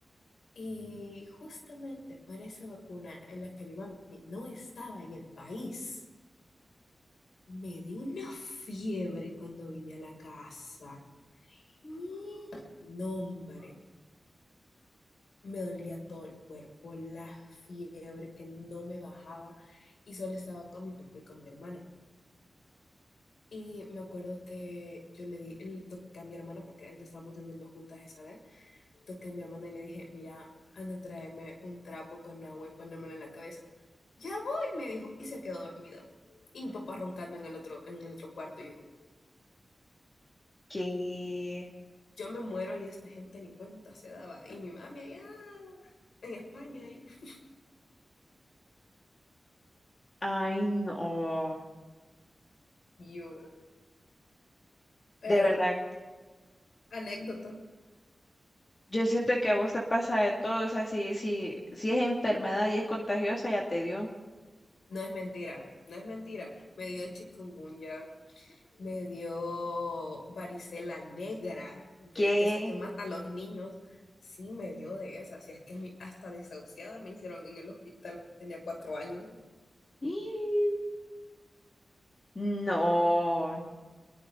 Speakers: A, on the left; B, on the left.
A: Y justamente para esa vacuna en la que mi mami no estaba en el país. Me dio una fiebre cuando vine a la casa. Y no, hombre, me dolía todo el cuerpo, la fiebre que no me bajaba y solo estaba con mi papá y con mi hermana. Y me acuerdo que yo le di, le toqué a mi hermana, porque antes estábamos durmiendo juntas esa vez, toqué a mi hermana y le dije, mira, anda, tráeme un trapo con agua y ponérmelo en la cabeza. Ya voy, me dijo, y se quedó dormido. Y mi papá roncando en el otro, en el otro cuarto y yo,
B: Que,
A: yo me muero y esta gente ni cuenta se daba. Y mi mami allá en España. Y
B: ay, no,
A: yo. Pero,
B: de verdad.
A: anécdota.
B: Yo siento que a vos te pasa de todo, o sea, si, si, si es enfermedad y es contagiosa, ya te dio.
A: No es mentira, no es mentira. Me dio chikungunya, me dio varicela negra, de,
B: ¿Qué?
A: de esa que mata a los niños. Sí, me dio de esa. Si es que a mí hasta desahuciada me hicieron en el hospital, tenía cuatro años.
B: ¡Ih! No,